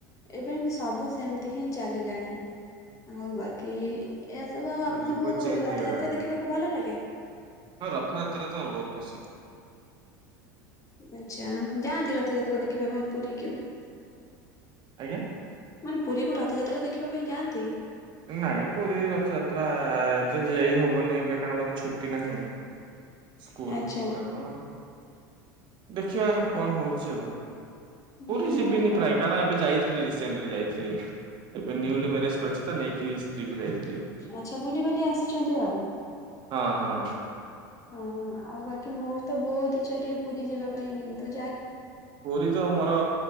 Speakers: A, on the left; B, on the right.
A: ଏବେ ଯେମିତି ସବୁ ସେମିତି ହିଁ ଚାଲିଲାଣି ଆଉ ବାକି ଏହା ସବୁ ଆଉ
B: ପୁରା
A: ଆପଣଙ୍କୁ
B: ଯୁଗ ଚେଞ୍ଜ
A: ରଥଯାତ୍ରା
B: ହେଇଗଲାଣି
A: ଦେଖିବାକୁ ଭଲ ଲାଗେ?
B: ହଁ ରଥଯାତ୍ରା ତ ବହୁତ ପସନ୍ଦ।
A: ଆଚ୍ଛା ଯାଆନ୍ତି ରଥଯାତ୍ରା ଦେଖିବା ପାଇଁ ପୁରୀକୁ।
B: ଆଜ୍ଞା
A: ମାନେ ପୁରୀକୁ ରଥଯାତ୍ରା ଦେଖିବା ପାଇଁ ଯାଆନ୍ତି?
B: ନାଇଁ ପୁରୀ ରଥଯାତ୍ରା ଏ ତ ଯାଇ ହବନି ଏବେ କାରଣ ମତେ ଛୁଟି ନାହିଁ। ସ୍କୁଲ
A: ଆଚ୍ଛା
B: କାରଣ। ଦେଖିବା କଣ ହଉଛି ଆଉ
A: ନାଇଁ
B: ପୁରୀ ଯିବିନି
A: ମୋର ତ
B: ପ୍ରାୟ। କାରଣ ଏବେ ଯାଇଥିଲି ରିସେଣ୍ଟଲି ଯାଇଥିଲି ଏବେ ନିଉଲି ମ୍ୟାରେଜ କରିଛି ତ ନେଇକି ସ୍ତ୍ରୀକୁ ଯାଇଥିଲି।
A: ଆଚ୍ଛା ବୁଲିିବାଲି ଆସିଛନ୍ତି ଆଉ।
B: ହଁ ହଁ।
A: ହଁ ଅ ଆଉ ବାକି ମୋର ତ ବହୁତ ଇଛା ଟିଏ ପୁରୀ ଯିବା ପାଇଁ କିନ୍ତୁ ଯା
B: ପୁରୀ ତ ମୋର